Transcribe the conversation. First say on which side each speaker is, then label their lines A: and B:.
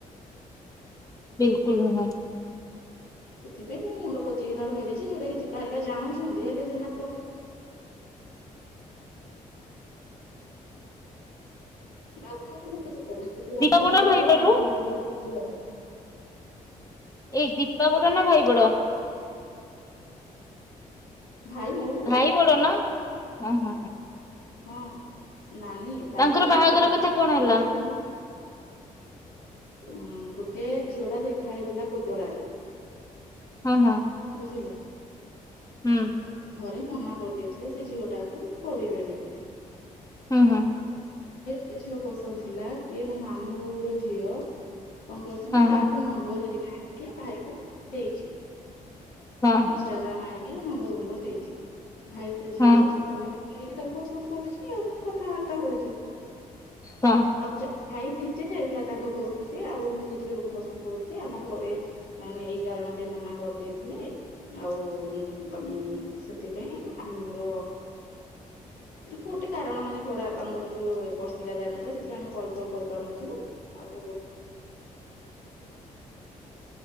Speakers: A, on the left; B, on the left.
A: ବିଲକୁଲ ନୁହଁ,
B: ସେଥିପାଇଁ ମୁୋ ମୁଣ୍ଡ ପୋତିକିନା ରହିଯାଇଛି ଯୋଉଟା କି ଦୀପାହାରିକା ଜାଣୁଛନ୍ତି ହେଲେ ସେ କହି, ବାକି, ପରିସ୍ଥିତି ବାଧ୍ୟ
A: ଦୀପା ବଡ
B: କରୁଚି
A: ଭାଇ
B: ତା
A: ବଡ
B: ଚାଲ <inaudible>
A: ଏଇ ଦୀପା ବଡ ନା ଭାଇ ବଡ
B: ଭାଇ ମୋଠୁ ବଡ,
A: ଭାଇ ନା ହଁ ହଁ ହଁ,
B: ହଁ, ନାନୀ ତାପରେ
A: ତାଙ୍କର
B: ଭାଇ
A: ବାହାଘର କଥା କଣ ହେଲା
B: ତାପରେ, ଅ ଗୋଟେ ଝିଅ ଟା ଦେଖା ହେଇଥିଲା କୋଦଳାରେ,
A: ହଁ ହଁ
B: ବୁଝିଲ।
A: ହୁଁ
B: ଘରେ ମନା କରିଦେଇଥିଲେ ସେ ଝିଅ ଟାକୁ କରିବେନି ବୋଲି
A: ହୁଁ ହୁଁ।
B: ମୋତେ ଝିଅ ପସନ୍ଦ ଥିଲା ସିଏ ମୋ ମାମୁଁ ର ଝିଅ କଣ କରୁଛି ନା
A: ହଁ ହଁ
B: ତାଠୁ ନମ୍ବର ହେ ଜାଣିକି ଭାଇ କୁ ଦେଇଛି।
A: ହଁ
B: ଇଷ୍ଟାଗ୍ରାମ ଆଇ। <unintelligible> ନମ୍ୱର ଦେଇଛି। ଭାଇ ସେ ଝିଅଙ୍କ
A: ହଁ
B: ସହିତ ଫୋନରେ କ ଯାଇକି ତାକୁ ପସନ୍ଦ କରୁଛି ଆଉ ମାନେ କଥାବାର୍ତ୍ତା ହଉଛି
A: ହଁ
B: ଅଜା ଭାଇ ନିଜେ ଯାଇଥିଲା ତାଙ୍କ ଘରକୁ ଯେ ଆଉ ମୁଁ ସେ ଝିଅକୁ ପସନ୍ଦ କରୁଛି ଆମ ଘରେ ମାନେ ଏଇ କାରଣ ପାଇଁ ମନା କରିଦେଇଥିଲେ ଆଉ ଉଁ ସେଥିପାଇଁ ଆମର ଗୋଟେ କାରଣ ମାନେ ବଡ଼ବାପାଙ୍କର ଯୋଉ ବର୍ଷିକା ଯାଇନଥିଲା ସେଥିପାଇଁ ଆମେ କଲ ଫଲ୍ କରିପାରୁନଥିଲୁ ଆଉ।